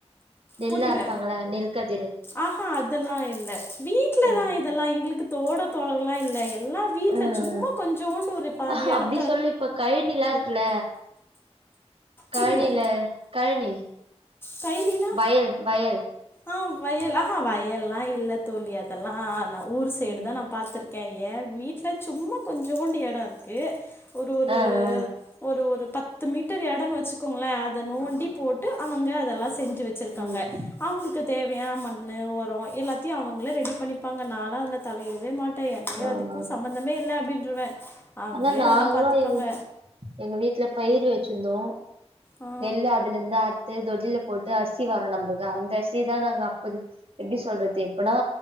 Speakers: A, on the right; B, on the left.
A: நெல்லா
B: புரியல
A: அர்ப்பாங்கள நெல் கதிரு
B: ஆஹா அதெல்லா இல்ல வீட்ல
A: ம்,
B: தா இதெல்லா எங்களுக்கு தோடோ தொரல்லா இல்ல எல் எல்லா வீட்ல
A: ம், ம்.
B: சும்மா கொஞ்சோண்டு ஒரு பாதி
A: ஆஹா,
B: எடத்
A: அப்டி சொல்லு இப்ப கழுனிலா இருக்குல கழுனில
B: புரியல
A: கழுனி
B: கைனீனா
A: வயல் வயல்
B: ஆ வயலா ஆஹா வயல்லா இல்ல தோழி அதெல்லா நா ஊர் சைடு
A: ம்.
B: தா நா பாத்துருக் க்கே ஏ வீட்ல சும்மா கொஞ்சோண்டு எடொ இருக்கு ஒரு ஒரு
A: ஆ, ஆ.
B: ஒரு ஒரு பத்து மீட்டர் எடோன்னு வெச்சுக்கோங்களே அத நோண்டி போட்டு அவங்க அதெல்லா செஞ்சு வெச் சுருக்காங்க
A: ம்,
B: அவுங்குளுக்கு தேவையான மண்ணு ஒரோ எல்லாத்தயு அவுங்களே ரெடி பண்ணிப்பாங்க நாலா அதுல தலயிடவே மாட் ட என்னயோ
A: ம்.
B: அதுக்கு சம்பந்தமே இல்ல அப்டீன்றுவே அவுங்களே
A: ஆனா நாங்களும்
B: அதெல்லா பாத்துப்பாங்க
A: எங்க எங்க வீட்ல பயிர் வெச்சிர்ந்தோ
B: ஆ
A: நெல்லு அதுலருந்து அறுத்து தொட்டில போட் டு அர்சி வாரோ நம்புளுக்கு அந்த அர்சிதா நாங்க அப்பது எப்டி சொல்றது இப்பனா